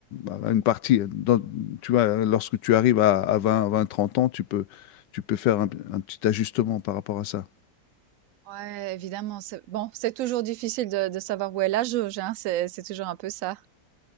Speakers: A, on the left; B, on the right.
A: euh, à une partie. Dans, tu vois, lorsque tu arrives à, à 20, 20, 30 ans, tu peux, tu peux faire un, un petit ajustement par rapport à ça.
B: Ouais, évidemment. C'est... Bon, c'est toujours difficile de, de savoir où est la jauge, hein, c'est, c'est toujours un peu ça.